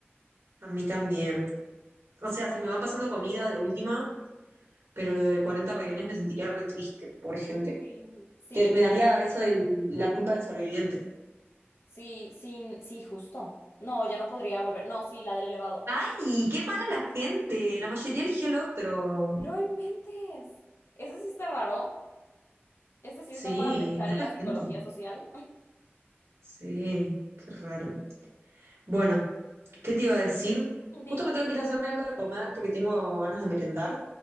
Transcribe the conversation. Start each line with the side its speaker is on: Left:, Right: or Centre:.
Right: A mí también. O
Left: Sí,
Right: sea, si me van pasando comida de última, pero lo de 40 rehenes me sentiría re triste, pobre gente.
Left: sí, sí,
Right: Te- me daría eso de la culpa del sobreviviente.
Left: sí, sí, sí, justo. No, ya no podría volver. No, sí, la del elevador.
Right: ¡Ay, qué mala la gente! La mayoría eligió el otro.
Left: No inventes. Ese sí está raro. Ese sí
Right: Sí,
Left: está para <laughs> pensar
Right: mira
Left: en
Right: la
Left: la psicología
Right: gente.
Left: social.
Right: Sí, qué raro. Bueno, ¿qué te iba a decir?
Left: <laughs>
Right: Justo
Left: Dime.
Right: me tengo que ir a hacerme algo de comer porque tengo ganas de merendar,